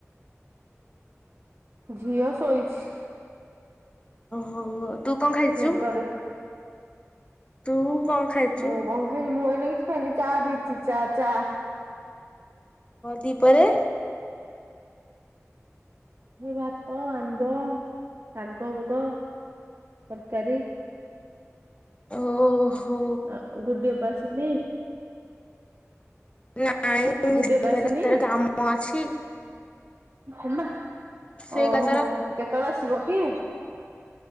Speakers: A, on the right; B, on the left.
A: ଝିଅ ଶୋଇଛି।
B: ହଉ ଆଉ। ତୁ କଣ ଖାଇଛୁ?
A: ନିଦରେ
B: ତୁ କଣ ଖାଇଛୁ
A: ମୁଁ କଣ ଖାଇଛି? ମୁଁ ଏଇନା କିଛି ଖାଇନି, ଚା ପିଇଛି ଚା ଚା।
B: ଦି ପହରେ
A: ଭାତ, ଆମ୍ବ, ଶାଗ, ମୁଗ ତରକାରୀ।
B: ଓହୋ।
A: ଆଉ ଗୁଡି ଅପା ଆସିନି।
B: ନାଇଁ,
A: ଗୁଡି
B: ସେ
A: ଅପା ଆସିନି
B: କହିଲା ତାର କାମ ଅଛି।
A: ହଁ ବା।
B: ସେ
A: ଓହୋ,
B: କହିଲା ତାର
A: କେତେବେଳେ ଆସିବ କି?